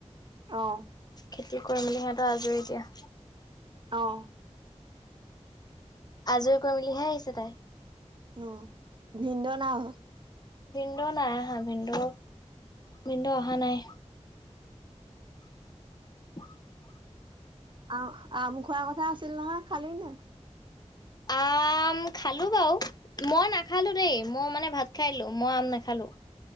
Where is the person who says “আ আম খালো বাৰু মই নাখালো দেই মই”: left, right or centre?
Left